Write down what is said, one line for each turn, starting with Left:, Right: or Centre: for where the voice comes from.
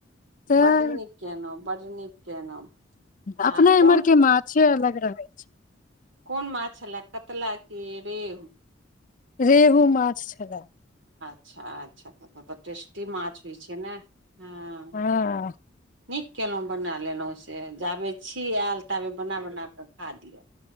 Left: तऽ
Right: बड्ड नीके न बड्ड नीक केलहुँ
Left: अपना
Right: आ कोन
Left: इम्हर के माछे अलग रहै छै
Right: कोन माछ छलए कतला कि रेहु
Left: रेहू माछ छलै
Right: अच्छा अच्छा तब तऽ टेस्टी माछ होइ छै ने हँ
Left: हँ
Right: नीक केलहु बना लेलहु से जाबे छी आयल ताबे बना बना क खा लिअ